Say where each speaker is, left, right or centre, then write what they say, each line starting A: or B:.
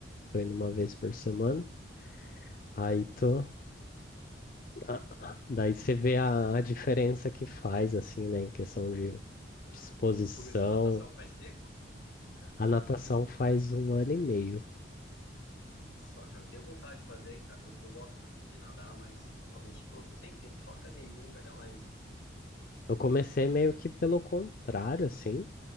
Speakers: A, on the left; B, on the left.
A: tô indo uma vez por semana. Aí tu, ah, daí você vê a, a diferença que faz, assim, né, em questão de
B: Caramba,
A: disposição.
B: você começou natação faz tempo?
A: A natação faz um ano e meio.
B: Olha só, cara, eu tenho vontade de fazer, hein, cara. Eu, eu gosto de nadar, mas ultimamente tô, tô sem tempo, só academia e olha lá ainda.
A: Eu comecei meio que pelo contrário, assim,